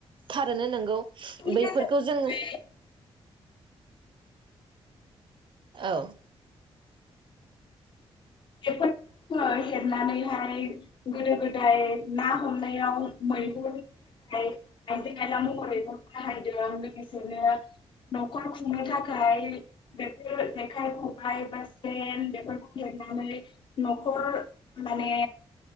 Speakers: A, on the right; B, on the left.
A: थारो नोंगौ।
B: बेनि
A: बैफोरखौ
B: गेजेरजोंहाय
A: जोङो औ
B: बेफोरखौ जङो हेबनानैहाय गोदो गोदाय ना हमनायाव मैहुरनि थाखाय आइजें आयला महरैह बाहायदों लोगोसेनो न'खर खुंनो थाखाय बेफोर जेखाइ खबाय बा सेन बेफोरखौ ह नखर माने